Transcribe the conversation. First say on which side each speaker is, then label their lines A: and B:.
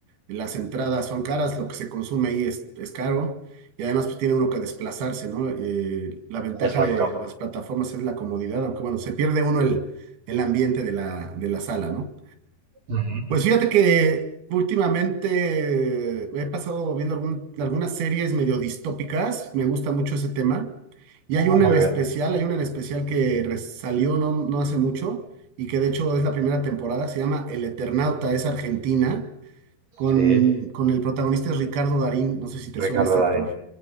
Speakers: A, on the right; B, on the right.
A: las entradas son caras, lo que se consume ahí es, es caro y además pues, tiene uno que desplazarse, ¿no? Eh, la ventaja
B: exacto.
A: de las plataformas es la comodidad, aunque bueno, se pierde uno el, el ambiente de la, de la sala, ¿no?
B: Ujú.
A: Pues fíjate que últimamente me he pasado viendo algún- algunas series medio distópicas, me gusta mucho ese tema, y
B: Ah,
A: hay una
B: muy
A: en especial,
B: bien.
A: hay una en especial que res- salió no, no hace mucho y que de hecho es la primera temporada, se llama El Eternauta, es argentina, con,
B: Sí,
A: con el protagonista es Ricardo Darín, no sé si te
B: Ricardo
A: suena este actor,
B: Darín.